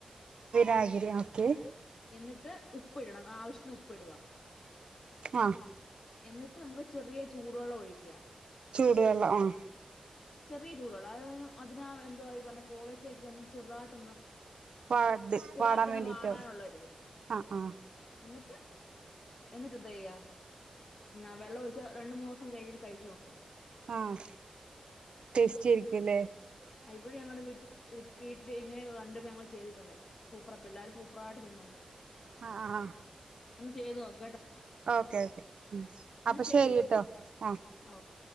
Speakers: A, on the right; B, on the left.
A: വിനാഗിരി ഓക്കെ
B: ആഹ് എന്നിട്ട് ഉപ്പ് ഇടണം ആവശ്യത്തിന്ന് ഉപ്പ് ഇടുക.
A: ആഹ്
B: എന്നിട്ട് നമുക്ക് ചെറിയ ചൂടുവെള്ളം ഒഴിക്ക.
A: ചൂട് വെള്ളം ആഹ്.
B: ചെറിയ ചൂട് വെള്ളം അ അതിനാ എന്തു പറഞ്ഞ കോവയ്ക്കക്കെ ഒന്ന് ചെറുതായിട്ടൊന്ന്
A: വാട
B: ചെറുതായിട്ടൊന്ന്
A: വാടാൻ വേണ്ടിട്ടോ
B: വാടാനുള്ളൊരിത്
A: ആഹ് ആഹ്.
B: എന്നിട്ട് എന്നിട്ട് എന്തെയ്യ ആ വെള്ളം ഒ രണ്ടു മൂന്ന് ദിവസം കഴിഞ്ഞിട്ട് കഴിച്ച് നോക്ക്.
A: ആഹ് ടേസ്റ്റി ആയിരിക്കുല്ലേ?
B: ഇവിഴെ ഞങ്ങളുടെ വീട്ടിൽ വീട്ടില് ഇങ്ങനെയൊക്കെ കണ്ട ഞങ്ങൾ ചെയ്തിട്ടുണ്ട് സൂപ്പറ പിള്ളേരു സൂപ്പറായിട്ട് തിന്നുന്നുണ്ട്.
A: ആ ആ
B: ചെയ്ത് നോ
A: ഓക്കെ ഓക്കെ ഉം
B: എന്നാ
A: അപ്പൊ
B: ശരി
A: ശരിട്ടോ ആഹ്.
B: ആ ഓക്കെ